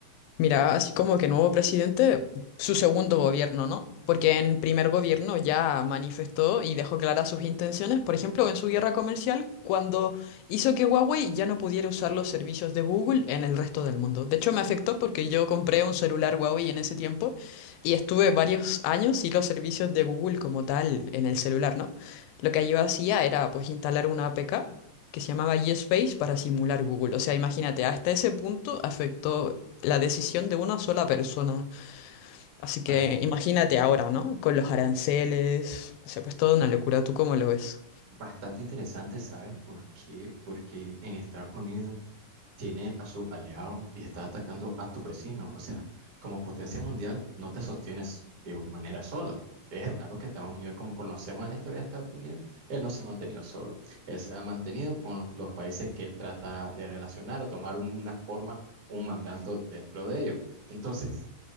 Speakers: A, on the left (about 80°); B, on the right (about 65°).
A: Mira, así como que nuevo presidente, su segundo gobierno, ¿no? Porque en primer gobierno ya manifestó y dejó claras sus intenciones, por ejemplo, en su guerra comercial, cuando hizo que Huawei ya no pudiera usar los servicios de Google en el resto del mundo. De hecho, me afectó porque yo compré un celular Huawei en ese tiempo y estuve varios años sin los servicios de Google como tal en el celular, ¿no? Lo que yo hacía era pues instalar una APK que se llamaba YesSpace para simular Google. O sea, imagínate, hasta ese punto afectó la decisión de una sola persona. Así que
B: Bastante.
A: imagínate ahora, ¿no? Con los aranceles, se ha puesto una locura. ¿Tú cómo lo ves?
B: Bastante interesante, ¿sabes por qué? Porque en Estados Unidos tiene a su aliado y está atacando a tu vecino. O sea, como potencia mundial no te sostienes de manera sola. Es raro que Estados Unidos, como conocemos en la historia de Estados Unidos, él no se ha mantenido solo. Él se ha mantenido con los, los países que él trata de relacionar o tomar un- una forma, un mandato dentro de ellos. Entonces,